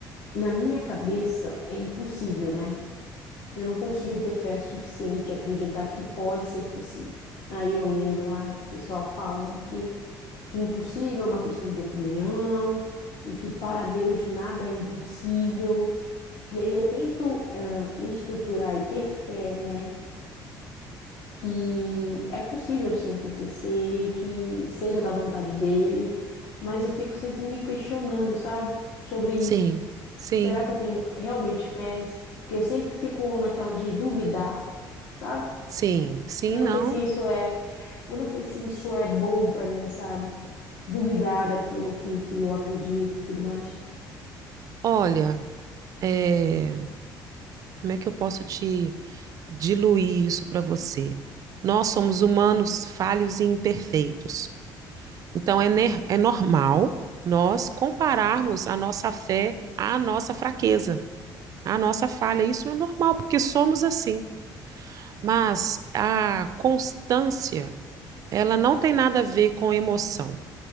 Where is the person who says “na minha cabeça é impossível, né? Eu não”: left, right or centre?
Left